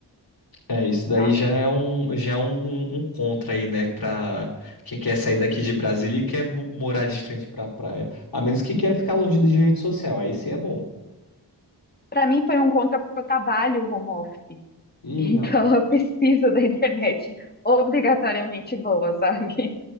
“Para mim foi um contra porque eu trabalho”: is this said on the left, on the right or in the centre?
Left